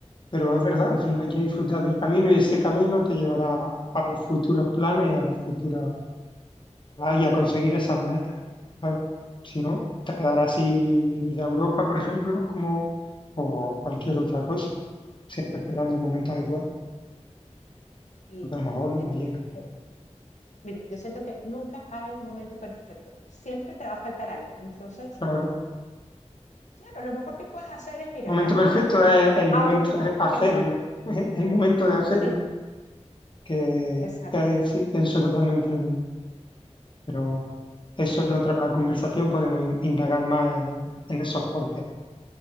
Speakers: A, on the left; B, on the left.
A: pero es verdad, al final hay que disfrutar del camino y ese camino te llevará a los futuros planes y a las futuras y a conseguir esas metas. Claro. Si no, te quedarás sin ir a Europa, por ejemplo, como o cualquier otra cosa, siempre esperando el momento adecuado,
B: Sí,
A: porque a lo mejor no
B: ay, mira,
A: llega.
B: eh, Miren, yo siento que nunca hay momento perfecto. Siempre te va a faltar algo. Entonces,
A: Claro.
B: claro, lo mejor que puedes hacer es, mira,
A: Momento
B: actuar
A: perfecto es el
B: aún
A: momento
B: con...
A: de hacerlo,
B: Exacto,
A: <laughs> el momento de hacerlo,
B: sí,
A: que,
B: exacto,
A: que sí, pienso totalmente lo mismo. Pero Eso en otra conversación podemos in- indagar más en, en esos porqués,